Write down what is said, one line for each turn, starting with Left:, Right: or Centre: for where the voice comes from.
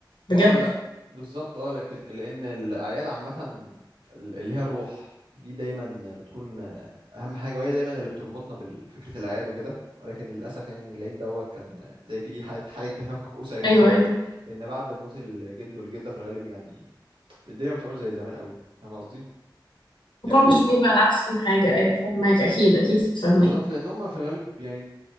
Left: بجد
Right: اه لا بالظبط اه لكن لان الاعياد عامه ال- اللي هي الروح دي دايما بتكون اهم حاجه وهي دايما اللي بتربطنا بفكره الاعياد وكده ولكن للاسف يعني العيد دوت كان زي في حاله حاله تفكك اسري
Left: ايوه
Right: حصلت
Left: ايوه
Right: لان بعد موت الجد والجده في الغالب يعني الدنيا ما بتبقاش زي زمان قوي فاهم قصدي
Left: الموضوع
Right: يعني ال-
Left: مش بيبقى احسن حاجة ايوه فاهماك اكيد اكيد فاهماك
Right: بالظبط لان هم في الغالب يعني